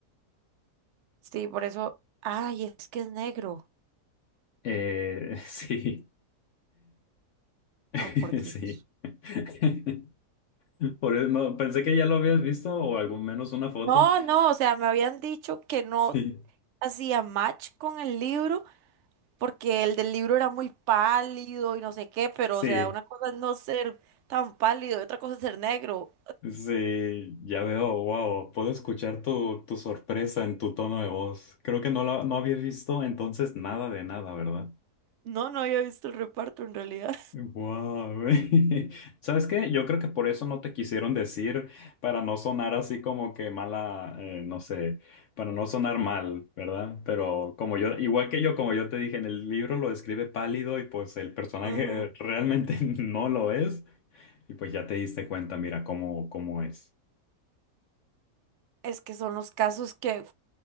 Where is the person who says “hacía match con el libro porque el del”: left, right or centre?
Right